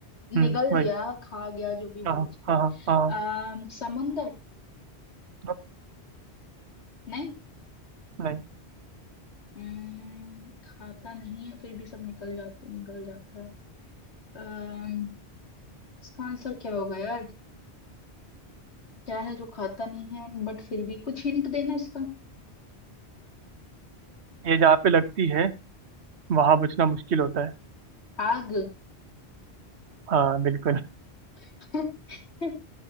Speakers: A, on the right; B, on the left.
A: हम्म
B: निगल
A: वही
B: गया खा गया जो भी बोलो
A: हाँ हाँ
B: उसको
A: हाँ हाँ हाँ,
B: अः समंदर
A: हाँ,
B: नहीं
A: नहीं
B: हम्म, खाता नहीं है फिर भी सब निकल जाता निकल जाता है अम्म, इसका आंसर क्या होगा यार क्या है जो खाता नहीं है बट फिर भी कुछ हिंट देना इसका
A: ये जहाँ पे लगती है वहां बचना मुश्किल होता है
B: आग
A: हाँ बिल्कुल
B: <laughs>